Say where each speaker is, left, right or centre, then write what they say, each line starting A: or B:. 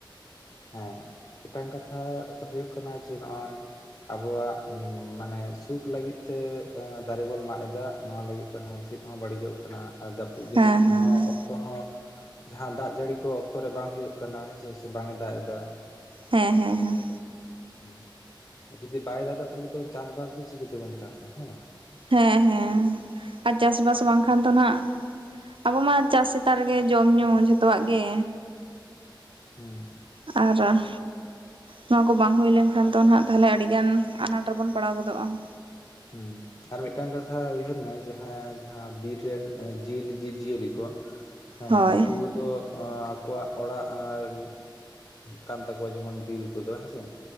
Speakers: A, on the left (about 45°); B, on the right (about 85°).
A: ᱦᱮᱸ ᱢᱤᱫᱴᱟᱝ ᱠᱟᱛᱷᱟ ᱫᱚ ᱦᱩᱭᱩᱜ ᱠᱟᱱᱟ ᱡᱮ ᱱᱚᱜ-ᱚᱭᱼᱼ ᱟᱵᱚᱣᱟᱜ ᱢᱟᱱᱮ ᱥᱩᱠ ᱞᱟᱹᱜᱤᱫ ᱛᱮ ᱫᱟᱨᱮ ᱵᱚᱱ ᱢᱟᱜ ᱮᱫᱟ, ᱱᱚᱣᱟ ᱞᱟᱹᱜᱤᱫ ᱛᱮᱦᱚᱸ ᱦᱤᱸᱥᱤᱫ ᱦᱚᱸ ᱵᱟᱹᱲᱤᱡᱚᱜ ᱠᱟᱱᱟ ᱟᱨ ᱡᱟᱹᱯᱩᱫ ᱫᱤᱱ
B: ᱦᱮᱸ ᱦᱮᱸ
A: ᱦᱚᱸ ᱚᱠᱼᱼᱼ ᱚᱠᱛᱚ ᱦᱚᱸ ᱡᱟᱦᱟᱸ ᱫᱟᱜ ᱡᱟᱹᱲᱤ ᱠᱚ ᱚᱠᱛᱚ ᱨᱮ ᱵᱟᱝ ᱦᱩᱭᱩᱜ ᱠᱟᱱᱟ ᱦᱮᱸᱥᱮ ᱥᱮ ᱵᱟᱝ ᱮ ᱫᱟᱜ ᱮᱫᱟ ᱾
B: ᱦᱮᱸ ᱦᱮᱸ ᱦᱮᱸ
A: ᱟᱪᱪᱷᱟ ᱦᱩᱸ ᱡᱩᱫᱤ ᱵᱟᱭ ᱫᱟᱜᱟ ᱛᱟᱦᱚᱞᱮ ᱛᱚ ᱪᱟᱥᱵᱟᱥ ᱫᱚ ᱪᱤᱠᱟᱹᱛᱮᱵᱚᱱ ᱪᱟᱥᱟ ᱦᱮᱸ ᱵᱟᱝ?
B: ᱦᱮᱸ ᱦᱮᱸ ᱟᱨ ᱪᱟᱥ ᱵᱟᱥ ᱵᱟᱝᱠᱷᱟᱱ ᱫᱚ ᱱᱟᱜᱼᱼ ᱟᱵᱚ ᱢᱟ ᱪᱟᱥ ᱪᱮᱛᱟᱱ ᱨᱮᱜᱮ ᱡᱚᱢ ᱧᱩ ᱡᱷᱚᱛᱚᱣᱟᱜ ᱜᱮ,
A: ᱦᱩᱸ
B: ᱟᱨ <unintelligible> ᱱᱚᱣᱟ ᱠᱚ ᱵᱟᱝ ᱦᱩᱭ ᱞᱮᱱᱠᱷᱟᱱ ᱫᱚ ᱛᱟᱞᱦᱮ ᱟᱹᱰᱤ ᱜᱟᱱ ᱟᱱᱟᱴ ᱨᱮᱵᱚᱱ ᱯᱟᱲᱟᱣ ᱜᱚᱫᱚᱜ-ᱟ ᱾
A: ᱦᱩᱸ ᱟᱨ ᱢᱤᱫᱴᱟᱝ ᱠᱟᱛᱷᱟ ᱩᱭᱦᱟᱹᱨ ᱢᱮ ᱡᱟᱦᱟᱸ ᱡᱟᱦᱟᱸ ᱵᱤᱨ ᱨᱮᱱ ᱡᱤᱭᱟᱹᱞᱤ ᱡᱤᱵᱽᱡᱤᱭᱟᱹᱞᱤ ᱠᱚ, ᱦᱮᱸ
B: ᱦᱳᱭ
A: ᱩᱱᱠᱩᱼᱼ ᱫᱚ ᱟᱠᱚᱣᱟᱜ ᱚᱲᱟᱜ ᱠᱟᱱ ᱛᱟᱠᱚᱣᱟ ᱡᱮᱢᱚᱱ ᱵᱤᱞ ᱠᱚᱫᱚ ᱦᱮᱸᱥᱮ ᱾